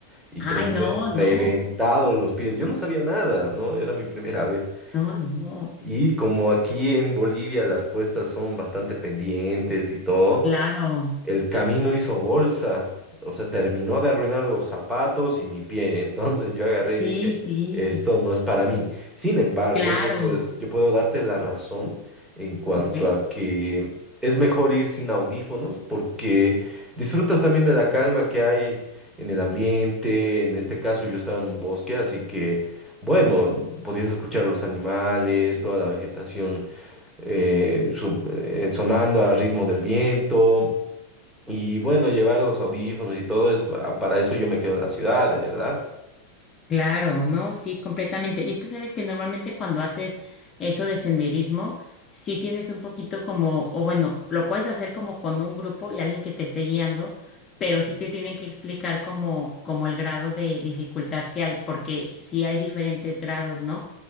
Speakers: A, in the centre; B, on the left.
A: y terminé
B: ay, no,
A: reventado
B: no,
A: los pies. Yo no sabía nada, ¿no? Era mi primera vez.
B: no, no.
A: Y como aquí en Bolivia las cuestas son bastante pendientes y todo,
B: Claro,
A: el camino hizo bolsa, o sea, terminó de arruinar los zapatos y mi pie. <laughs> Entonces yo agarré
B: sí,
A: y dije,
B: sí,
A: esto no es para mí. Sin embargo,
B: claro,
A: yo puedo, yo puedo darte la razón en cuanto
B: ok.
A: a que es mejor ir sin audífonos porque disfrutas también de la calma que hay en el ambiente. En este caso, yo estaba en un bosque, así que, bueno, podías escuchar los animales, toda la vegetación eh, su- eh, sonando al ritmo del viento. Y bueno, llevar los audífonos y todo es pa- para eso yo me quedo en la ciudad, de verdad.
B: Claro, no, sí, completamente. Y es que sabes que normalmente cuando haces eso de senderismo, sí tienes un poquito como, o bueno, lo puedes hacer como con un grupo y alguien que te esté guiando, pero sí te tienen que explicar como, como el grado de dificultad que hay, porque sí hay diferentes grados, ¿no?